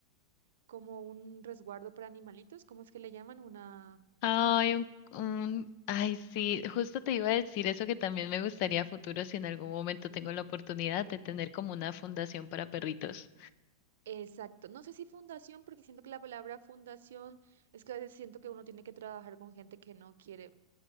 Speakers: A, on the right; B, on the left.
A: como un resguardo para animalitos, ¿cómo es que le llaman? Una...
B: Ay, un, un, ay, sí, justo te iba a decir eso que también me gustaría a futuro si en algún momento tengo la oportunidad de tener como una fundación para perritos.
A: Exacto. No sé si fundación, porque siento que la palabra fundación es que a veces siento que uno tiene que trabajar con gente que no quiere.